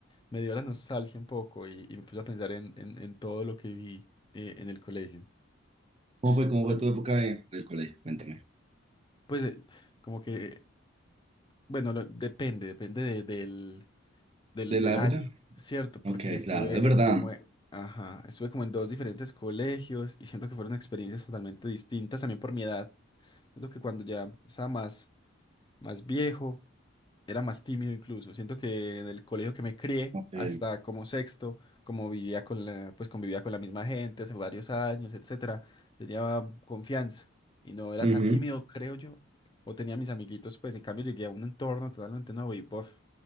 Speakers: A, on the left; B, on the right.
A: me dio la nostalgia un poco y, y me puse a pensar en, en, en todo lo que vi eh, en el colegio.
B: ¿Cómo fue,
A: Entonces,
B: cómo fue tu época de, del colegio? Cuéntame.
A: Pues eh, como que, eh, bueno, lo- depende, depende de- del, del,
B: ¿De la
A: del
B: época?
A: año, ¿cierto? Porque
B: Ok,
A: estuve
B: claro, es verdad.
A: eh, como, e- ajá, estuve como en dos diferentes colegios y siento que fueron experiencias totalmente distintas también por mi edad. Siento que cuando ya estaba más, más viejo, era más tímido incluso. Siento que en el colegio que me crié,
B: Ok.
A: hasta como sexto, como vivía con la, pues convivía con la misma gente hace varios años, etcétera, tenía confianza y no era
B: Ujú.
A: tan tímido, creo yo. O tenía mis amiguitos, pues en cambio llegué a un entorno totalmente nuevo y, bof,